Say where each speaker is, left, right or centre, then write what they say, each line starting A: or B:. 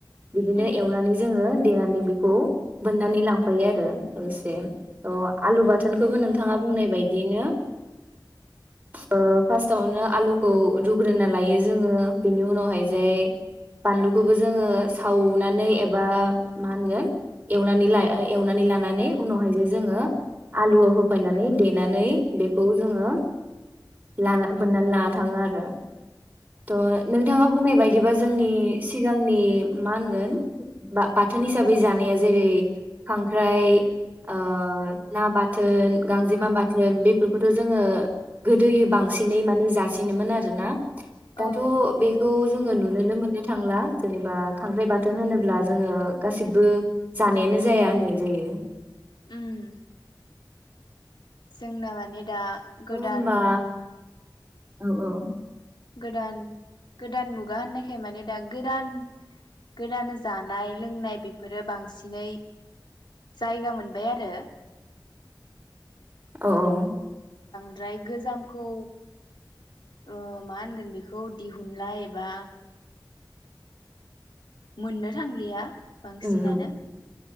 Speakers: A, on the right; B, on the left.
A: बिदिनो
B: औ
A: एवनानै जोङो देनानै बेखौ बोननानै लांफायो आरो ओसे अ आलु बाथोन खौबो नोंथाङा बुंनाय बाय दिनो ओ फार्स्टावनो आलुखौ रुग्रोना लायो जोङो बिनि उनावहाय जाय बानलुखोबो जोङो सावनानै एबा मा होनगोन एनानै ला एवनानै लानानै उनावहाय जे जोङो आलुआव होफानानै दे नानै बेखौ जोङो लाना बोननानै लाना थाङो आरो। त' नोंथाङा बुंनाय बाय दिबा जोंनि सिगांनि मा होनगोन बा बाथोन हिसाबै जानाया जेरै खांख्राइ ओ ना बाथोन गांजेमा बाथ थोन बेफोरखौथ' जोङो गोदोयो बांसिनै माने जासिनोमोन आरोना
B: औ
A: दाथ' बेखौ जोङो नुनो मोननो नो थांला जेनेबा खांख्राइ बाथोन होनोब्ला जोङो गासिबो जानायानो जाया होननाय जायो।
B: उम जोंना माने दा गोदान
A: औ होमबा औ औ
B: गोदान गोदान मुगा होननायखाय माने दा गोदान गोदान जानाय लोंनाय बेफोरो बांसिनै जायगा मोनबाय आरो
A: औ औ
B: द्राय गोजामखौ ओ मा होनगोन बिखौ दिहुनलाय एबा मोननो थांलिया बांसिनानो
A: उम उम